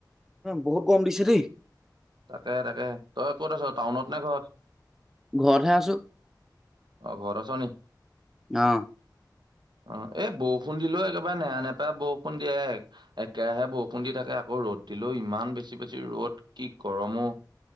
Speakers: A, in the centre; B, on the right.
A: বহুত গম দিছে দ
B: তাকে - তাকে তই ক'ত আছ টাউনত নে ঘৰত
A: ঘৰতহে আছো
B: অ, ঘৰ চনি
A: অ
B: অ, এই বৰষুণ দিলে একেবাৰে নেৰা নেপেৰা বৰষুণ দিয়ে একেৰাহে বৰষুণ দি থাকে। আকৌ ৰ'দ দিলো ইমান বেছি বেছি ৰ'দ কি গৰমো।